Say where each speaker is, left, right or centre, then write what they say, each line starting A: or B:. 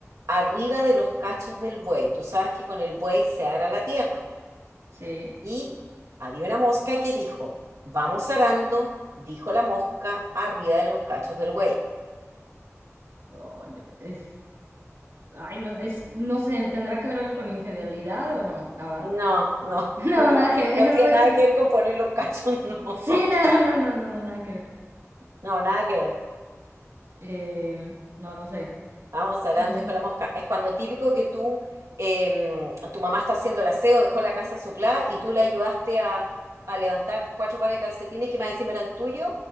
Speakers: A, on the right (about 80°); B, on the right (about 60°).
A: arriba de los cachos del buey. Tú sabes que con el buey se ara la tierra.
B: sí,
A: Y había una mosca que dijo, vamos arando, dijo la mosca, arriba de los cachos del buey.
B: Oh, no, es, ay, no, es, no sé, ¿tendrá que ver algo con infidelidad o no? Nada,
A: No, no,
B: <laughs> no,
A: <laughs>
B: nada
A: no,
B: que ver,
A: no tiene nada que ver con poner los cachos, <laughs> no,
B: <laughs> sí, no, no, no, no, no, nada que ver.
A: no, nada que ver.
B: Eh, no, no sé.
A: Vamos hablando,
B: Mm,
A: dijo la mosca. Es cuando típico que tú, em, tu mamá está haciendo el aseo, dejó la casa soplada y tú le ayudaste a, a levantar cuatro pares de calcetines que más encima eran tuyos